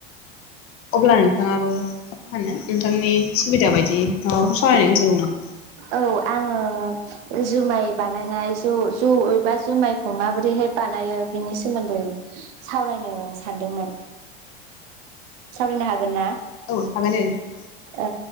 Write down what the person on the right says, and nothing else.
औ आङो जुमाय बानायनाय जौ जौ एबा जुमायखौ माबोरैहाय बानायो बेनि सोमोन्दै सावरायनो सानदोंमोन सावरायनो हागोन ना?
ओ